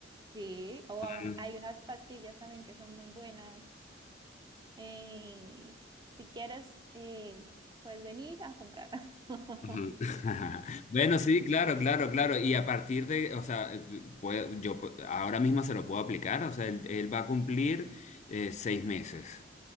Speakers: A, on the right; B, on the left.
A: Sí, o
B: Ajá.
A: aún- hay unas pastillas también que son muy buenas. Eh, si quieres, eh, puedes venir a comprarlas. <laughs>
B: <laughs> Bueno, sí, claro, claro, claro. Y a partir de, o sea, eh, puede- yo pu- ahora mismo se lo puedo aplicar, o sea, él, él va a cumplir eh, seis meses.